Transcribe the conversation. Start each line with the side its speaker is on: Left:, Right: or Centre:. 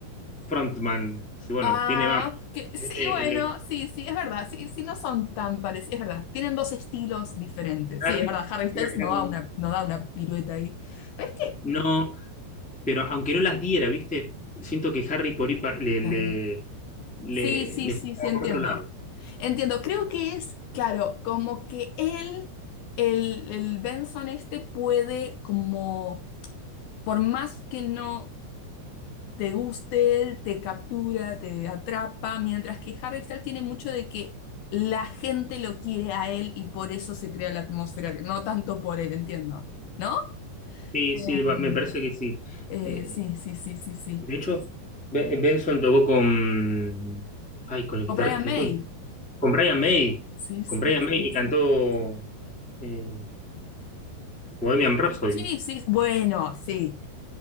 Centre: frontman. Sí, bueno,
Left: Ah,
Centre: tiene banda.
Left: ok. Sí,
Centre: Él, es-
Left: bueno,
Centre: él es
Left: sí, sí, es verdad. Sí, sí, no son tan parecidos, es verdad. Tienen dos estilos diferentes.
Centre: Harry
Left: Sí, es verdad, Harry Styles
Centre: era, era
Left: no
Centre: como
Left: da una,
Centre: un-
Left: no da una pirueta ahí. ¿Sabes qué?
Centre: No, pero aunque no las diera, ¿viste? Siento que Harry por ahí pa- le,
Left: Claro.
Centre: le, le,
Left: Sí, sí,
Centre: le
Left: sí,
Centre: picaba
Left: sí, entiendo.
Centre: por otro lado.
Left: Entiendo, creo que es, claro, como que él, el, el Benson este puede como, por más que no te guste él, te captura, te atrapa, mientras que Harry Styles tiene mucho de que la gente lo quiere a él y por eso se crea la atmósfera, no tanto por él, entiendo, ¿no?
Centre: Sí, sí, va-
Left: Em,
Centre: me parece que sí.
Left: eh,
Centre: Eh,
Left: sí, sí, sí, sí, sí.
Centre: de hecho, Ben- Benson tocó con. Ay, con el
Left: Con
Centre: guitarrista
Left: Brian May.
Centre: de Queen. Con Brian May.
Left: Sí,
Centre: Con
Left: sí,
Centre: Brian May
Left: sí,
Centre: y cantó
Left: sí.
Centre: eh, Bohemian Rhapsody.
Left: Sí,
Centre: ¿no?
Left: sí, sí. bueno, sí.